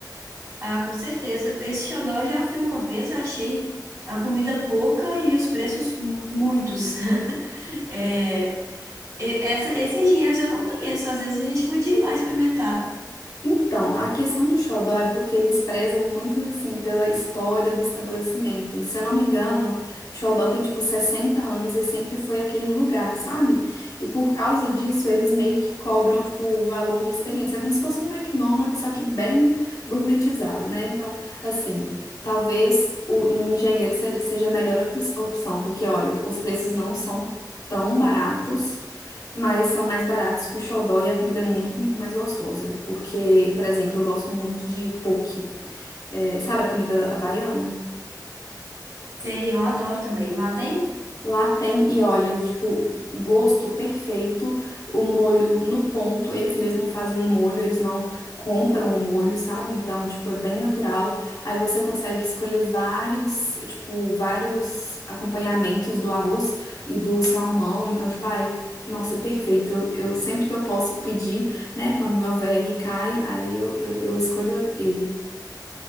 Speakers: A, on the right; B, on the left.
A: Ah, com certeza. Esse xodó eu já fui uma vez, achei a comida pouca e os preços mu- muitos. <laughs> É, E- Essa, esses engenheiros eu não conheço. Às vezes a gente podia ir lá experimentar.
B: Então, a questão do xodó é porque eles prezam muito, assim, pela história do estabelecimento. Se eu não me engano, xodó tem, tipo, 60 anos e sempre foi aquele lugar, sabe? E por causa disso, eles meio que cobram, tipo, o valor de experiência. É como se fosse um McDonald's, só que bem gourmetizado, né? Então, assim, talvez o, no engenheiro se- seja a melhor op- opção, porque, olha, os preços não são tão baratos. Mas são mais baratos que o xodó e a comida é muito mais gostosa. Porque, por exemplo, eu gosto muito de poke. É, sabe a comida havaiana?
A: Sei, eu adoro também. Lá tem?
B: Lá tem, e olha, tipo, o gosto perfeito, o molho no ponto, eles mesmos fazem o molho, eles não compram o molho, sabe? Então, tipo, é bem natural. Aí você consegue escolher vários, tipo, vários acompanhamentos do arroz e do salmão. Então, tipo, ai, nossa, é perfeito. Eu, eu- sempre que eu posso pedir, né, quando meu VR cai, aí eu, eu, eu escolho ele.